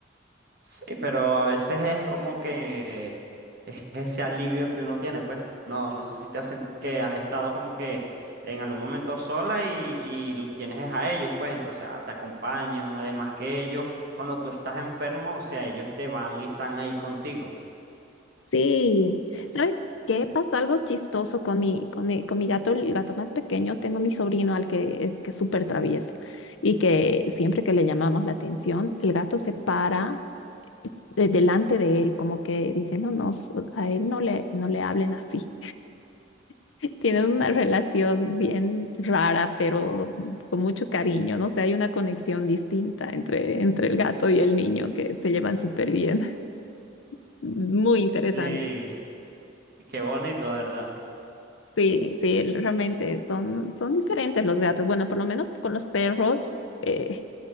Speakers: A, on the right (about 50°); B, on the left (about 75°).
A: Sí, pero a veces es como que es ese alivio que uno tiene, pues. No, no sé si te hacen que has estado como que en algún momento sola y, y los tienes es a ellos, pues. Entonces ah, te acompañan, además que ellos, cuando tú estás enfermo, o sea, ellos te van y están ahí contigo.
B: Sí,
A: Eh,
B: ¿sabes qué? pasa, algo chistoso con mi, con mi, con mi gato, el gato más pequeño. Tengo mi sobrino al que es que es súper travieso y que siempre que le llamamos la atención, el gato se para es- eh, delante de él, como que diciendo, no, so- a él no le, no le hablen así. <laughs> Tienen una relación bien rara, pero con mucho cariño, no sé, hay una conexión distinta entre, entre el gato y el niño que se llevan súper bien. <laughs> Muy interesante.
A: Sí, y qué bonito, ¿verdad?
B: Sí, sí, el- realmente son, son diferentes los gatos. Bueno, por lo menos con los perros, eh,